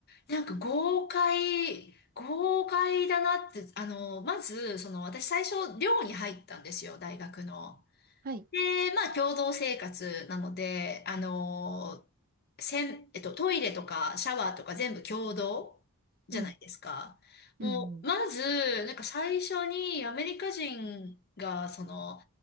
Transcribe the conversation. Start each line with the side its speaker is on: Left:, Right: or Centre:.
Left: なんか豪快、豪快だなって、あの、まず、その私最初寮に入ったんですよ、大学の。
Right: はい。
Left: で、まあ共同生活なので、あの、せん、えっと、トイレとかシャワーとか全部共同じゃないですか。
Right: うん。うんうん。
Left: もう、まず、なんか最初にアメリカ人が、その、